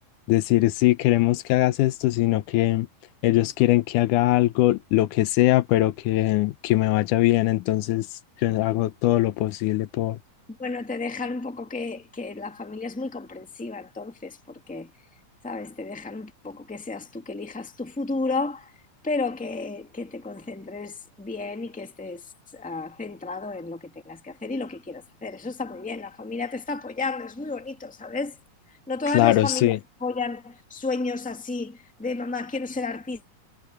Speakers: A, on the left (about 80°); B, in the centre.
A: decir sí, queremos que hagas esto, sino que ellos quieren que haga algo, lo que sea, pero que, que me vaya bien, entonces yo hago todo lo posible por...
B: Bueno, te dejan un poco que, que la familia es muy comprensiva entonces, porque, ¿sabes? Te dejan un poco que seas tú que elijas tu futuro, pero que, que te concentres bien y que estés ah, centrado en lo que tengas que hacer y lo que quieras hacer. Eso está muy bien, la familia te está apoyando, es muy bonito, ¿sabes? No todas
A: Claro,
B: las familias
A: sí.
B: apoyan sueños así de mamá, quiero ser artista,